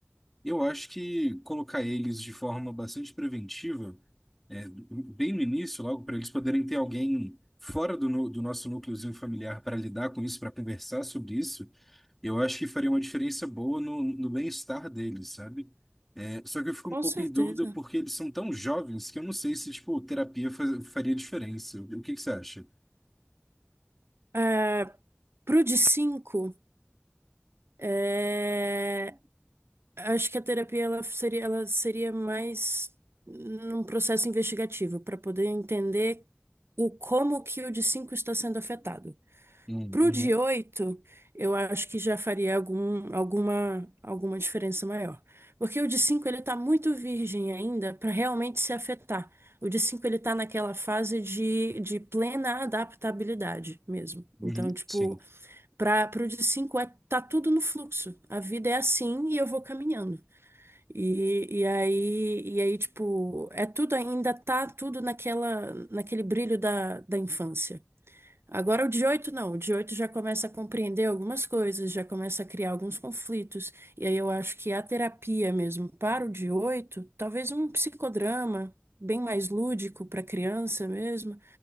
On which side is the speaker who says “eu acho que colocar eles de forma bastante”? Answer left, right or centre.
Centre